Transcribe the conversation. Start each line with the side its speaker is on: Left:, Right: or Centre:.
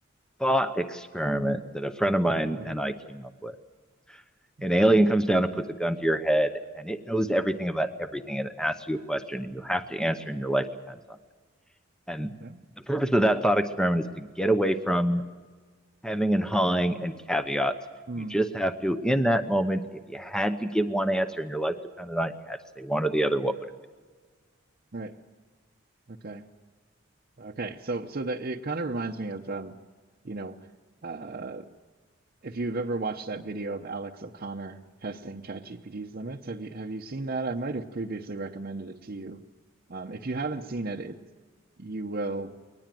Centre: thought experiment that a friend of mine
Right: Right.
Centre: and I came up with
Right: Yeah.
Centre: an alien comes down and puts a gun to your head and it knows everything about everything and it asks you a question and you have to answer and your life depends on it. And
Right: yeah.
Centre: the purpose of that thought experiment is to get away from hemming and hawing and caveats.
Right: Mm,
Centre: You just have to, in that moment, if you had to give one answer and your life depended on it, you had to say one or the other, what would it
Right: right. Okay. Okay. So, so that it kind of reminds me of, um, you know, uh, if you've ever watched that video of Alex O'Connor testing ChatGPT's limits, have you have you seen that? I might have previously recommended it to you. Um, if you haven't seen it, it you will